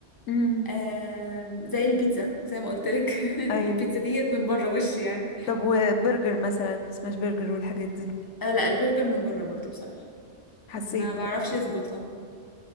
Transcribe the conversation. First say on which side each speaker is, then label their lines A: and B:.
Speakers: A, on the left; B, on the left.
A: امم
B: آم، زي البيتزا زي ما قلت لك <laughs>
A: ايوه
B: البيتزا ديت من بره وش يعني
A: طب وبرجر مثلا سماش برجر والحاجات دي
B: آه، لا البرجر من بره برضو بصراحه
A: حسيت
B: ما
A: برضه
B: بعرفش يظبطها